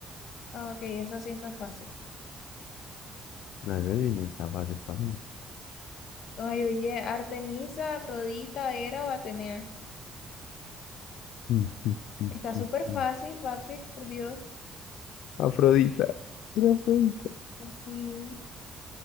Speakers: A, on the left; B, on the left.
A: ah, ok, esa sí está fácil.
B: No, eso sí no está fácil para mí. <laughs>
A: Ay, oye, Artemisa, Afrodita, Hera o Atenea.
B: Mm, mm, mm,
A: Está súper
B: mm,
A: fácil,
B: mm.
A: Patrick, por Dios.
B: Afrodita. Era Afrodita.
A: Sí.